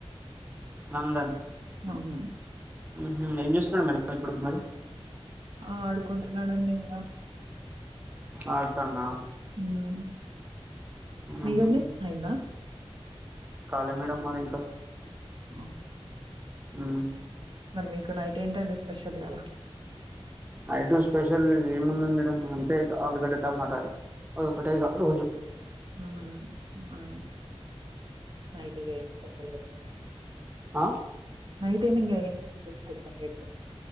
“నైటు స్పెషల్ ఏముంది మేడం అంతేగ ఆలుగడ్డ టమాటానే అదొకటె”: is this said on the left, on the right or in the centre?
Right